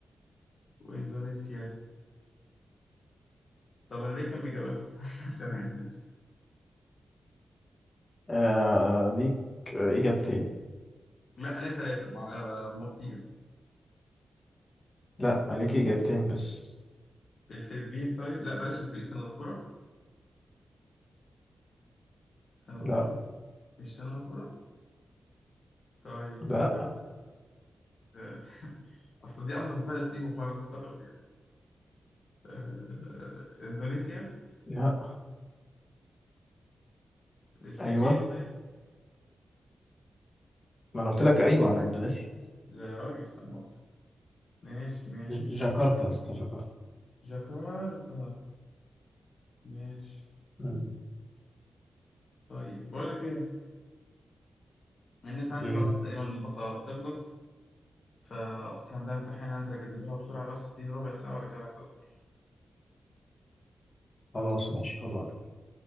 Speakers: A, on the left; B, on the left.
A: وإندونيسيا طب أنا ليه كم إجابة <laughs> عشان أهبد
B: آه ليك آه، إجابتين
A: لا خليها ثلاثة ما هم كتير
B: لا عليكي إجابتين بس
A: الفلبين طيب لا بلاش الفلبين سنغافورة سنغافورة
B: لا
A: مش سنغافورة طيب
B: لا
A: آه، آه، <laughs> أصل دي أنضف بلد فيهم فأنا مستغرب آه، إندونيسيا
B: لا
A: الفلبين
B: أيوه
A: طيب
B: ما أنا قلت لك أيوه على إندونيسيا
A: لا يا راجل لا مؤاخذة ماشي ماشي
B: ج- جاكرتا يا اسطى جاكرتا
A: جاكرتا ماشي
B: مم.
A: طيب بقول لك إيه النت عندي
B: ايه
A: خلاص تقريبا الباقة بتخلص فأختي عندها امتحان هنزل أجدده لها بسرعة بس اديني ربع ساعة وأرجع لك على طول
B: خلاص ماشي خد وقتك